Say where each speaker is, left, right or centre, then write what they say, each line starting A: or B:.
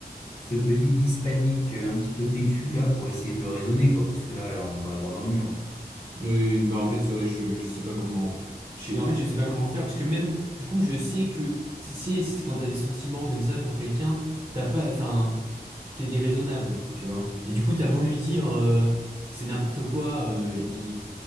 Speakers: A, on the left; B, on the right.
A: ce petit Hispanique euh, un petit peu têtu là, pour essayer de le raisonner, quoi. Parce que là, là, on va droit dans le mur. hein.
B: Oui, oui, bah en fait, ouais, je, je sais pas comment. je- en fait, je sais pas comment le faire parce que même, du coup, je sais que tu sais, si- quand t'as des sentiments comme ça pour quelqu'un, t'as pas, enfin, t'es déraisonnable, tu vois. Et du coup, t'as beau lui dire euh, c'est n'importe quoi, euh, il,